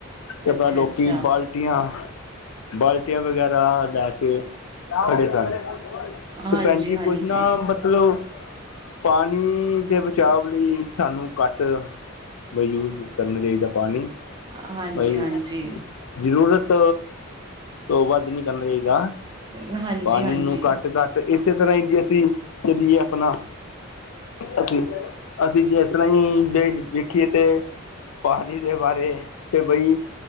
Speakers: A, on the left; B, on the right.
A: ਤੇ ਆਪਣਾ
B: ਅੱਛਾ,
A: ਲੋਕੀ
B: ਅੱਛਾ।
A: ਬਾਲ ਆਂ ਬਾਲਟੀਆਂ ਵਗੈਰਾ ਲੈ ਕੇ ਅੜੇ ਸਾਲ। ਤੇ
B: ਹਾਂਜੀ,
A: ਭੈਣ ਜੀ,
B: ਹਾਂਜੀ,
A: ਕੁਛ ਨਾ ਮਤਲਬ ਪਾਣੀ ਦੇ ਵਿੱਚ ਚਾਹਵ ਲਈ ਸਾਨੂੰ ਘੱਟ ਯੂਜ ਕਰਨਾ ਚਾਹੀਦਾ ਪਾਣੀ।
B: ਹਾਂਜੀ,
A: ਬਈ,
B: ਹਾਂਜੀ,
A: ਜ਼ਰੂਰਤ। ਤੋਂ ਵੱਧ ਨੀ ਕਰਨਾ ਚਾਹੀਦਾ
B: ਹਾਂਜੀ,
A: ਪਾਣੀ
B: ਹਾਂਜੀ।
A: ਨੂੰ ਘੱਟ ਤਕ ਤੇ ਇਸੇ ਤਰ੍ਹਾਂ ਹੀ ਜੇ ਅਸੀਂ <unintelligible> ਆਪਣਾ ਅਸੀਂ ਅਸੀਂ ਜੇ ਇਸ ਤਰ੍ਹਾਂ ਹੀ <unintelligible> ਠੀ ਤੇ ਪਾਣੀ ਦੇ ਬਾਰੇ ਤੇ ਬਈ